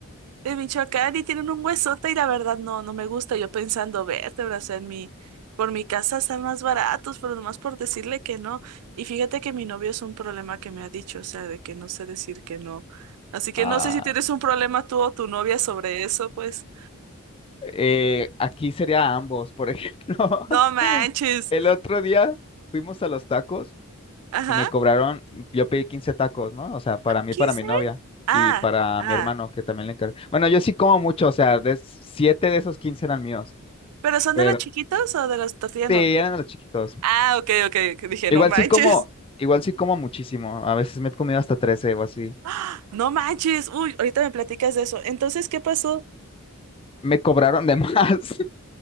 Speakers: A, on the right (about 85°); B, on the left (about 25°).
A: de Michoacán y tienen un huesote y la verdad no, no me gusta. Yo pensando, verte, brazo en mi, por mi casa están más baratos, pero nomás por decirle que no. Y fíjate que mi novio es un problema que me ha dicho, o sea, de que no sé decir que no. Así que
B: ah,
A: no sé si tienes un problema tú o tu novia sobre eso, pues.
B: eh, aquí sería ambos, por ejemplo.
A: No manches.
B: <laughs> El otro día fuimos a los tacos
A: Ajá.
B: y me cobraron, yo pedí 15 tacos, ¿no? O sea, para mí,
A: ¿quince?
B: para mi novia
A: Ah,
B: y para
A: ah.
B: mi hermano que también le encargué. Bueno, yo sí como mucho, o sea, de 7 de esos 15 eran míos,
A: ¿Pero son
B: pero
A: de los chiquitos o de los tortillas
B: sí,
A: normales?
B: eran de los chiquitos.
A: Ah, ok, ok, que dije,
B: Igual
A: no manches.
B: sí como, igual sí como muchísimo. A veces me he comido hasta 13 o así.
A: <gasps> ¡Ah! No manches. Uy, ahorita me platicas de eso. Entonces, ¿qué pasó?
B: Me cobraron de más <laughs>